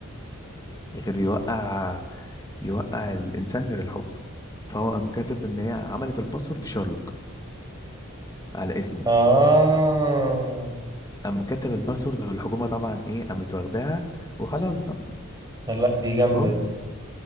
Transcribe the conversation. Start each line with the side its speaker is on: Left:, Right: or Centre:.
Left: غير يوقع يوقع الانسان غير الحب فهو قام كاتب ان هي عملت الباسورد شارلوك على اسمه
Right: اه
Left: قام كاتب الباسورد والحكومه طبعا ايه قامت واخداها وخلاص بقى
Right: لا دي جامدة
Left: تمام
Right: دي